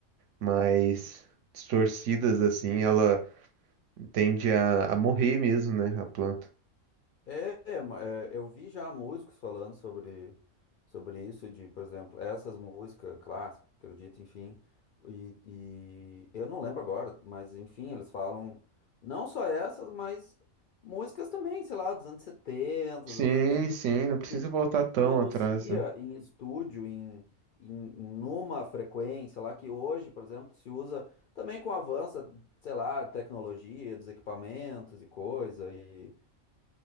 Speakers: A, on the right; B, on the left.
A: Mais distorcidas, assim, ela tende a, a morrer mesmo, né? A planta.
B: É, é, ma- é, eu vi já músicos falando sobre, sobre isso, de, por exemplo, essas músicas clássicas, erudita, enfim, e, e eu não lembro agora, mas enfim, eles falam não só essas, mas músicas também, sei lá, dos anos 70
A: Sim,
B: dos anos 80
A: sim, não precisa
B: que
A: voltar
B: se
A: tão
B: produzia
A: atrás, né?
B: em estúdio, em, em numa frequência lá que hoje, por exemplo, se usa também com o avanço, sei lá, tecnologia, dos equipamentos e coisa, e